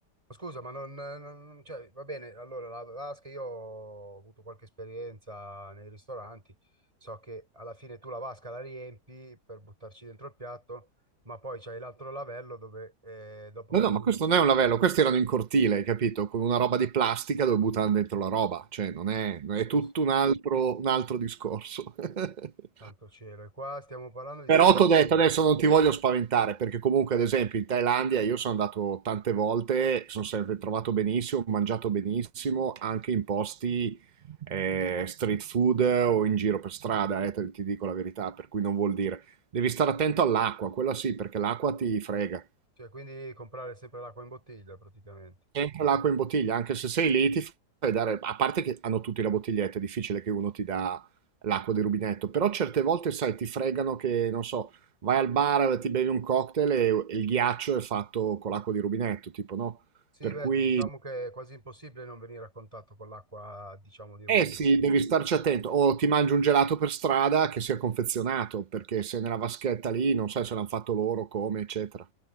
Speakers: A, on the right; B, on the right.
A: Scusa, ma non, non- cioè, va bene, allora la vasca, io ho avuto qualche esperienza nei ristoranti, so che alla fine tu la vasca la riempi per buttarci dentro il piatto, ma poi c'hai l'altro lavello dove eh, dopo
B: No,
A: che
B: no,
A: hai...
B: ma questo non è un lavello, questi erano in cortile, hai capito? Con una roba di plastica dove buttavano dentro la roba, cioè non è, è
A: oh,
B: tutto un altro, un altro discorso. <laughs>
A: santo cielo, e qua stiamo parlando di
B: Però
A: Singapore,
B: ti ho detto, adesso non ti voglio spaventare, perché comunque ad esempio in Thailandia io sono andato tante volte, sono sempre trovato benissimo, ho mangiato benissimo, anche in posti eh, street food o in giro per strada, eh, te- ti dico la verità, per cui non vuol dire. Devi stare attento all'acqua, quella sì, perché l'acqua ti frega.
A: cioè quindi comprare sempre l'acqua in bottiglia praticamente.
B: Sempre l'acqua in bottiglia, anche se sei lì ti fai dare, a parte che hanno tutti la bottiglietta, è difficile che uno ti dà l'acqua di rubinetto, però certe volte, sai, ti fregano che, non so, vai al bar, ti bevi un cocktail e, e il ghiaccio è fatto con l'acqua di rubinetto, tipo, no?
A: Sì,
B: Per
A: beh,
B: cui,
A: diciamo che è quasi impossibile non venire a contatto con l'acqua, diciamo, di rubinetto.
B: eh sì, devi starci attento, o ti mangi un gelato per strada che sia confezionato, perché se nella vaschetta lì, non sai se l'hanno fatto loro, come, eccetera.